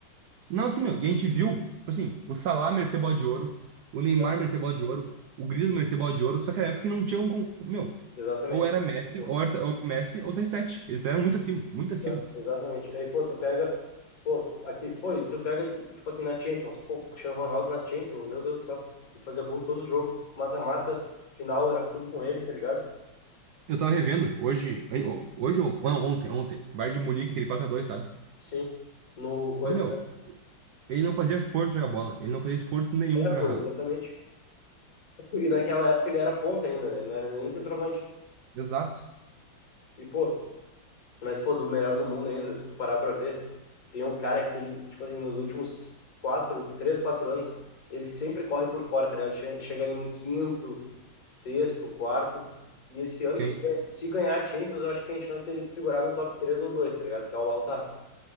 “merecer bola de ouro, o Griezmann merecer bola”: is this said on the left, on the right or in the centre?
Right